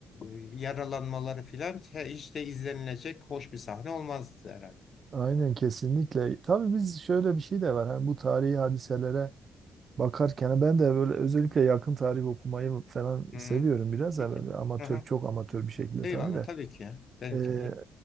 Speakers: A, on the left (about 50°); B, on the right (about 45°).
A: yaralanmaları filan he, hiç de izlenilecek hoş bir sahne olmazdı herhalde.
B: Aynen kesinlikle. Tabii biz şöyle bir şey de var. Hani bu tarihi hadiselere bakarken hani ben de böyle özellikle yakın tarih okumayı falan
A: Hı,
B: seviyorum biraz
A: çok
B: da böyle
A: iyi.
B: amatör
A: Aha.
B: çok amatör bir şekilde
A: Eyvallah
B: tabii de.
A: tabii ki ya. Benimki
B: Eee,
A: değil.